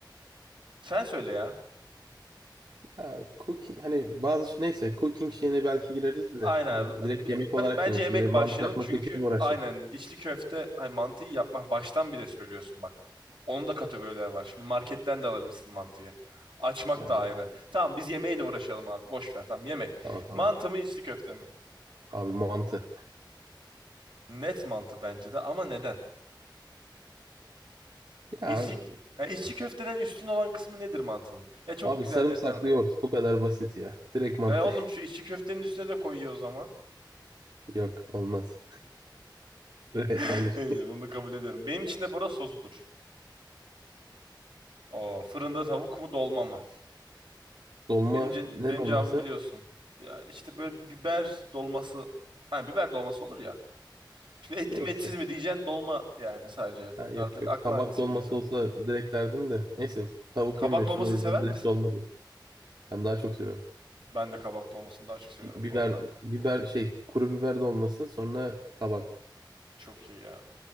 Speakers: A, on the right (about 90°); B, on the right (about 65°).
A: Sen söyle ya.
B: Ya cooking hani bazı şey- neyse cooking şeyine belki gireriz
A: Aynen.
B: de hani direkt yemek
A: B-
B: olarak
A: Bence
B: diyeyim şimdi
A: yemek
B: mantı
A: başlayalım
B: yapmakla
A: çünkü
B: kim uğraşacak?
A: aynen içli köfte hay mantıyı yapmak baştan bir de söylüyorsun bak. Onun da kategoriler var. Şimdi marketten de alabilirsin mantıyı. Açmak
B: Ha,
A: da ayrı. Tamam biz yemeğiyle uğraşalım abi. Boş ver tamam yemek.
B: tamam tamam.
A: Mantı mı içli köfte mi?
B: Abi mantı.
A: Net mantı bence de ama neden?
B: Ya
A: İçli,
B: abi,
A: ya içli köfteden üstün olan kısmı nedir mantının? Ya çok
B: abi
A: güzel
B: sarımsaklı
A: yer değil mi?
B: yoğurt bu kadar basit ya. Direkt mantı.
A: E oğlum şu içli köftenin üstüne de koyuyor o zaman.
B: <laughs> Yok olmaz. <laughs>
A: <laughs>
B: Hayır.
A: Neyse, Bunu kabul ediyorum. Benim için de bora sosudur. O fırında tavuk mu dolma mı?
B: Dolma
A: Benim ce-
B: ne
A: benim
B: dolması?
A: cevabım biliyorsun. Ya işte böyle biber dolması, hani biber dolması olur ya. Şimdi etli
B: Neyse
A: mi etsiz mi diyeceksin dolma yani sadece.
B: Ha,
A: Artık
B: yok yok.
A: aklına
B: Kabak
A: hangisi
B: dolması
A: gelirse.
B: olsa direkt derdim de. Neyse tavuk
A: Kabak
B: yemiyorsun
A: dolmasını
B: o yüzden
A: sever
B: direkt
A: misin?
B: dolma diye. Ben daha çok seviyorum.
A: Ben de kabak dolmasını daha çok seviyorum
B: Bi- Biber,
A: bu arada.
B: biber şey kuru biber dolması sonra kabak.
A: Çok iyi ya.